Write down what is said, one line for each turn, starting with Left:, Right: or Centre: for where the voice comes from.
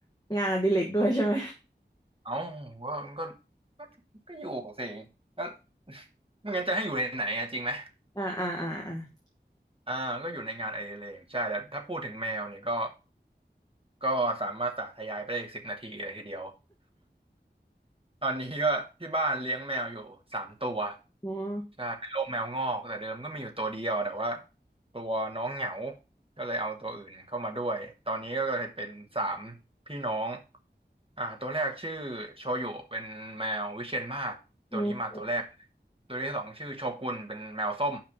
Left: งานอดิเรกด้วยใช่ไหม
Right: เอ้าว่ามันก็ก็ก็อยู่สิแล้วไม่งั้นจะให้อยู่ในไหนอะจริงไหม
Left: อ่าอ่าอ่าอ่า
Right: อ่าก็อยู่ในงานอดิเรกใช่แล้วถ้าพูดถึงแมวเนี่ยก็ก็สามารถสาธยายไปได้อีกสิบนาทีเลยทีเดียว <laughs> ตอนนี้ก็ที่บ้านเลี้ยงแมวอยู่สามตัว
Left: อ๋อ
Right: ใช่เป็นโรคแมวงอกแต่เดิมก็มีอยู่ตัวเดียวแต่ว่าตัวน้องเหงา ก็เลยเอาตัวอื่นเข้ามาด้วยตอนนี้ก็เลยเป็นสามพี่น้องอ่าตัวแรกชื่อโชยุเป็นแมววิเชียรมาศตัวนี้มาตัวแรก
Left: อืม
Right: ตัวที่สองชื่อโชกุนเป็นแมวส้ม